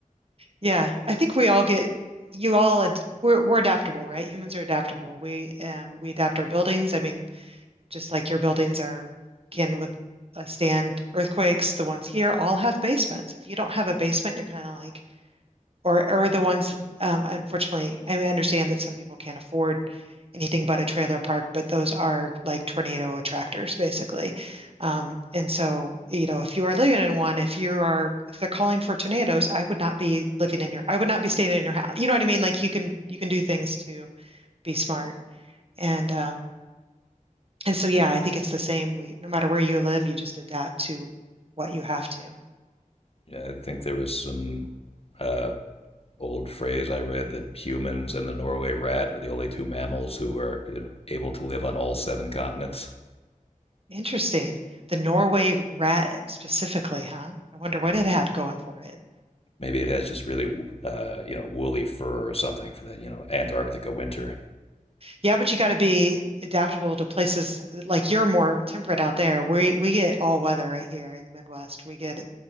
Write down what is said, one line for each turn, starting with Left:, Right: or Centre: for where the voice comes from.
Right: yeah, I think we all get you all ad we're we're adaptable, right? Humans are adaptable. We um, we adapt our buildings. I mean. just like your buildings are can with uh, stand earthquakes, the ones here all have basements. If you don't have a basement, you're kind of like, or or the ones, um, unfortunately, I understand that some people can't afford anything but a trailer park, but those are like tornado attractors, basically. Um, and so, you know, if you are living in one, if you are, if they're calling for tornadoes, I would not be living in your, I would not be staying in your house. You know what I mean? Like you can, you can do things to be smart. And um, and so, yeah, I think it's the same. We, no matter where you live, you just adapt to what you have to.
Left: Yeah, I think there was some uh, old phrase I read that humans and the Norway rat are the only two mammals who are you know, able to live on all seven continents.
Right: Interesting. The Norway rat specifically, huh? I wonder what
Left: Mm.
Right: it had going for it.
Left: Maybe it has just really, uh, you know, woolly fur or something for that, you know, Antarctica winter.
Right: Yeah, but you got to be adaptable to places like you're more temperate out there. We we get all weather right here in the Midwest. We get